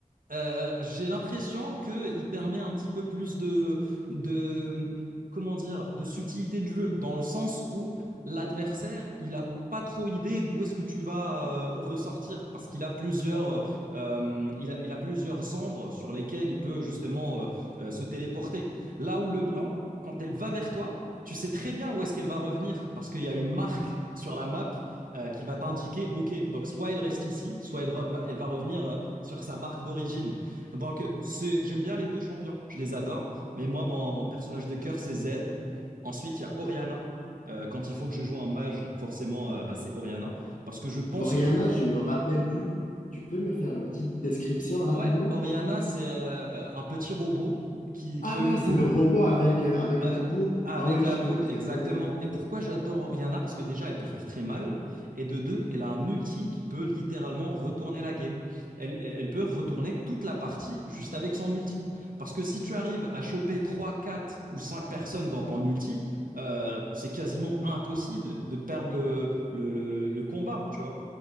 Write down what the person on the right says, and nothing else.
euh, j'ai l'impression qu'il permet un petit peu plus de, de, comment dire, de subtilité de jeu, dans le sens où l'adversaire, il a pas trop idée d'où est-ce que tu vas euh, ressortir, parce qu'il a plusieurs, euh, euh, il a, il a plusieurs ombres sur lesquelles il peut justement euh, euh, se téléporter. Là où le blanc, quand elle va vers toi, tu sais très bien où est-ce qu'elle va revenir, parce qu'il y a une marque sur la map euh, qui va t'indiquer, ok, donc soit elle reste ici, soit elle, re- va- elle va revenir euh, sur sa marque d'origine. Donc, c'est- j'aime bien les deux champions, je les adore. Mais moi, mon, mon personnage de cœur, c'est Zed. Ensuite, il y a Orianna. Euh, quand il faut que je joue un mage, forcément, euh, bah, c'est Orianna. Parce que je pense
que
Ouais, Oriana, c'est euh, euh, un petit robot qui, qui
a une
boule.
Oh,
Avec,
ah,
avec
la
boule,
exactement.
Et pourquoi j'adore Oriana? Parce que déjà, elle peut faire très mal. Et de deux, elle a un ulti qui peut littéralement retourner la game. Elle, elle peut retourner toute la partie juste avec son ulti. Parce que si tu arrives à choper 3, 4 ou 5 personnes dans ton ulti, euh, c'est quasiment impossible de perdre le, le, le, le- le combat, tu vois.